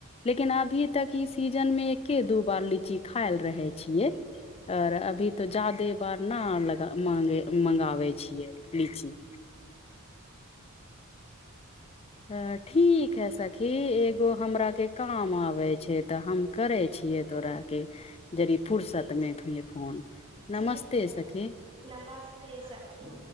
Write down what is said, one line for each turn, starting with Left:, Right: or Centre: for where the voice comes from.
Left: लेकिन अभी तक ई सीजन में एके दू बार लीची खायल रहे छियै। आओर अभी तऽ ज्यादे बार ने लगा मांगे मगाबै छियै लीची। अ ठीक है सखी एक एगो हमरा के काम आबे छैय तऽ हम करे छियै तोराके। जरी
Right: ठीक
Left: फुरसतमे
Right: छै
Left: भेल फोन
Right: ठीक
Left: नमस्ते
Right: छै
Left: सखी।
Right: नमस्ते सखी।